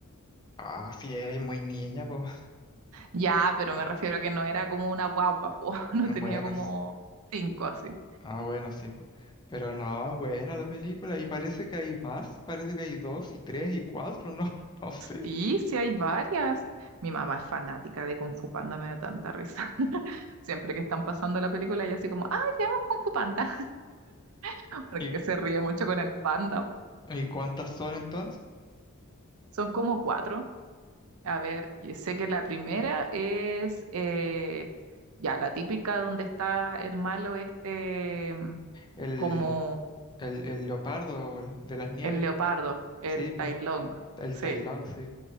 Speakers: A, on the left; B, on the right.
A: Ah, sí, eres muy niña, pues.
B: Ya, pero me refiero que no era como una guagua, po. <laughs> No
A: Mm,
B: tenía
A: Bueno,
B: como
A: s-
B: 5 así.
A: ah, bueno, sí, pues. Pero no, buena la película. Y parece que hay más, parece que hay dos y tres y cuatro, no, <laughs> no sé.
B: Sí, sí hay varias. Mi mamá es fanática de Kung Fu Panda, me da tanta risa. <laughs> Siempre que están pasando la película, ella así como, ¡ay, veamos Kung Fu Panda! <laughs> Porque
A: ¿Y,
B: se ríe mucho con el panda.
A: y cuántas son entonces?
B: Son como cuatro. A ver, yo sé que la primera es eh, ya la típica donde está el malo este, mm,
A: El,
B: como
A: el, el leopardo de las nieves.
B: el leopardo, el
A: Sí, pues.
B: Tai Lung.
A: El
B: Sí,
A: Tai Lung, sí.